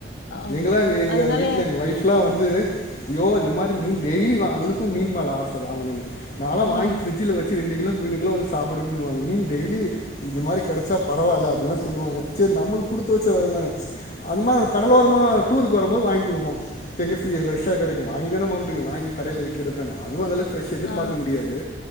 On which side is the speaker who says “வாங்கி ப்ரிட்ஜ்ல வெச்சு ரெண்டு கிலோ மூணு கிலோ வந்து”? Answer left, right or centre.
Left